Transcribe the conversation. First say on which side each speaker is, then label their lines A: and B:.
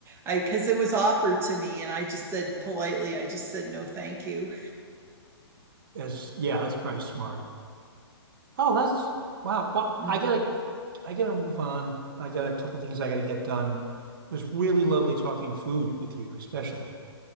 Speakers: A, on the right; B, on the right.
A: I because it was offered to me, and I just said politely, I just said no, thank you.
B: as yeah, that's probably smart. Oh, that's wow. Well,
A: Mm-hmm.
B: I gotta, I gotta move on. I got a couple things I gotta get done. It was really lovely talking food with you, especially.